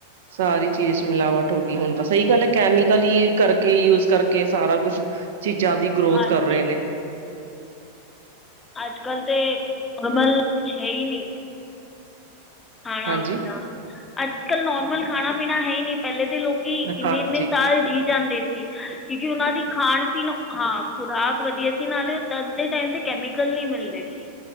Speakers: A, on the right; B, on the left.
A: ਸਾਰੀ ਚੀਜ਼ ਮਿਲਾਵਟ ਹੋ ਗਈ ਹੁਣ ਤਾਂ, ਸਹੀ ਗੱਲ ਐ ਕੈਮੀਕਲ ਹੀ ਕਰਕੇ ਯੂਜ ਕਰਕੇ ਸਾਰਾ ਕੁਛ ਚੀਜ਼ਾਂ ਦੀ ਗਰੋਥ
B: ਹਾਂਜੀ
A: ਕਰ ਰਹੇ ਨੇ।
B: ਅੱਜ- ਕੱਲ ਤੇ, ਨੋਰਮਲ ਕੁਛ ਹੈ ਹੀ ਨਹੀਂ। ਖਾਣਾ
A: ਹਾਂਜੀ
B: -ਪੀਣਾ ਅੱਜ ਕੱਲ੍ਹ ਨੋਰਮਲ ਖਾਣਾ ਪੀਣਾ ਹੈ ਹੀ ਨਹੀਂ। ਪਹਿਲੇ ਦੇ ਲੋਕ ਕਿ ਇੰਨੇ
A: ਹਾਂਜੀ
B: -ਇੰਨੇ ਸਾਲ ਜੀ ਜਾਂਦੇ ਸੀ। ਕਿਉਂਕਿ ਉਹਨਾਂ ਦੀ ਖਾਣ -ਪੀਣ ਹਾਂ, ਖੁਰਾਕ ਵਧੀਆ ਸੀ ਨਾਲੇ। ਤਦ ਦੇ ਟਾਈਮ ਤੇ, ਕੈਮੀਕਲ ਨਹੀਂ ਮਿਲਦੇ ਸੀ।